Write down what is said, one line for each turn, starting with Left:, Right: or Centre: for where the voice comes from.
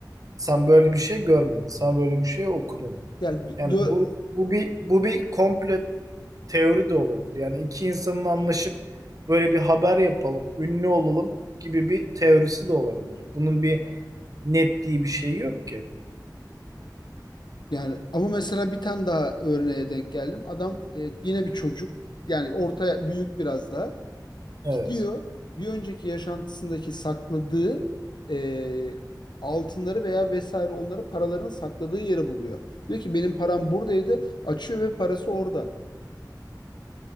Right: Sen böyle bir şey görmedin. Sen böyle bir şey okudun.
Left: Ya gö
Right: Yani bu bu bir bu bir komple teori de olabilir. Yani iki insanın anlaşıp böyle bir haber yapalım, ünlü olalım gibi bir teorisi de olabilir. Bunun bir netliği bir şey yok ki.
Left: yani ama mesela bir tane daha örneğe denk geldim. Adam e, yine bir çocuk yani ortaya büyük biraz daha
Right: Evet.
Left: gidiyor bir önceki yaşantısındaki sakladığı e, altınları veya vesaire onları paralarını sakladığı yeri buluyor. Diyor ki benim param buradaydı açıyor ve parası orada.